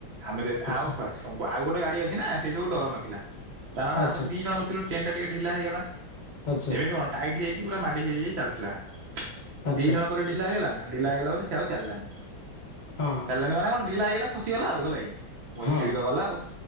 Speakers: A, on the right; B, on the left.
A: ଆମେ ଯଦି
B: ଆଚ୍ଛା
A: ଆଉ କୋଉ ଛବୁଆ ଆଉ ଗୋଟେ ଗାଡ଼ି ଅଛି ନା ସେଇଯୋଗୁଁ ଡର ନଥିଲା। କାରଣ
B: ଆଚ୍ଛା
A: ଆମେ ଦି ଜଣ ବସିଥିଲୁ ଚେନ ଟା ଟିକେ ଢିଲା ହେଇଗଲା।
B: ଆଚ୍ଛା
A: ଏମିତି କଣ ଟାଇଟ୍ ହେଇକି ପୁରା ମାଡ଼ି ହେଇ ହେଇ ଚାଲିଥିଲା।
B: ଆଚ୍ଛା
A: ଦି ଜଣ ପରେ ଢିଲା ହେଇଗଲା ନା? ଢ଼ିଲା ହେଇ ଗଲା ପରେ ସେ ଆଉ ଚାଲିଲାନି।
B: ହଁ
A: ଚାଲିଲାନଣି ମାନେ କଣ ଢିଲା ହେଇଗଲା ଖସିଗଲା ଆଉ ହେ ମୋର
B: ହଁ
A: ଛିଡିଦ ଗଲା ଆଉ